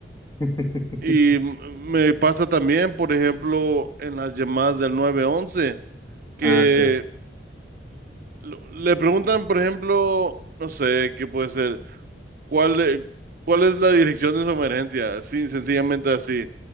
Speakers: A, on the left (about 20°); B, on the right (about 55°).
A: <laughs>
B: Y m- me pasa también, por ejemplo, en las llamadas del 911, que
A: Ah, sí.
B: lo- le preguntan, por ejemplo, no sé, qué puede ser, ¿cuál, de- cuál es la dirección de su emergencia? Sí, sencillamente así.